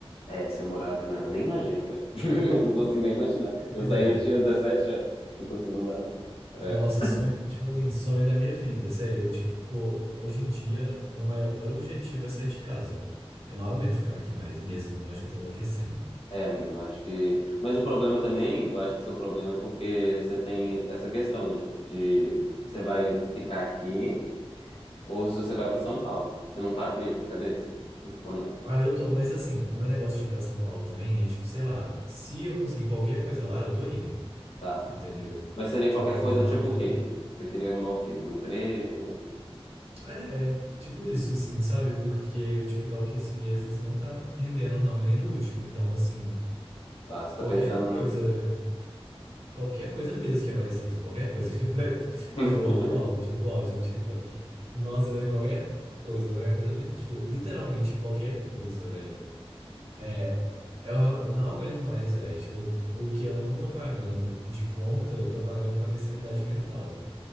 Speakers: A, on the left; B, on the right.
A: é, se eu morar. Não, eu nem imagino, velho. <laughs> Não consigo nem imaginar.
B: Pois
A: Eu saí,
B: é.
A: eu tinha dezessete, anos. Tipo assim, não dá, não. É,
B: Nossa, sonho, tipo assim, sonho da minha vida, sério. Tipo, hoje em dia, meu maior objetivo é sair de casa. Eu não aguento ficar aqui mais mesmo, eu acho que eu tô enlouquecendo.
A: é, amigo, eu acho que. Mas o problema também, eu acho que o seu problema é porque você tem essa questão, né? De você vai ficar aqui ou se você vai pra São Paulo. Você não tá com isso na cabeça? Ou não?
B: Ah, eu tô, mas assim, o meu negócio de ir pra São Paulo também é tipo, sei lá, se eu conseguir qualquer coisa lá, eu tô indo,
A: Tá.
B: entendeu?
A: Mas seria
B: Tipo
A: qualquer
B: assim,
A: coisa
B: na
A: tipo
B: hora.
A: o quê? Você queria arrumar o quê? Um emprego?
B: É, tipo isso, assim, sabe? Porque o TikTok esse mês não tá atendendo, não, e nem no último. Então, assim,
A: Tá, você tá
B: qualquer
A: pensando.
B: coisa. Qualquer coisa mesmo que aparecesse, qualquer coisa. <laughs>
A: <laughs>
B: Tá igual o áudio, o áudio do TikTok. Nossa, velho, qualquer coisa, qualquer coisa mesmo. Tipo, literalmente qualquer coisa, velho. É, eu, real- eu não aguento mais, velho. Tipo, o que eu não tô pagando de conta, eu tô pagando com a minha sanidade mental.